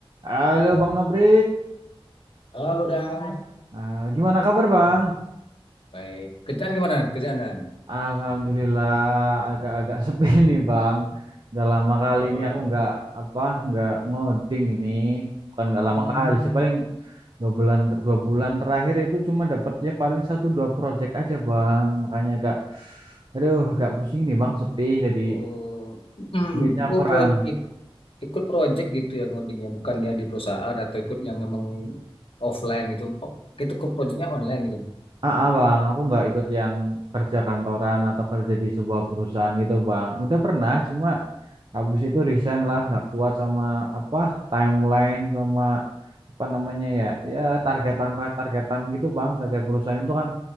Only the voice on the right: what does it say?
Halo Bang Nopri,
Ah, gimana kabar Bang?
Alhamdulillah agak-agak sepi <laughs> nih Bang. Udah lama kali
ini aku nggak apa nggak ngoding ini, bukan nggak
lama kali sih paling dua bulan dua bulan terakhir itu cuma dapatnya paling satu dua project aja Bang. Makanya agak aduh agak pusing nih Bang sepi jadi
duitnya
kurang.
Ah, ah, Bang, aku nggak ikut yang kerja kantoran atau kerja di sebuah perusahaan gitu Bang. Udah pernah cuma Habis itu resign lah, nggak kuat sama apa timeline sama apa namanya ya, ya targetan targetan gitu bang, target perusahaan itu kan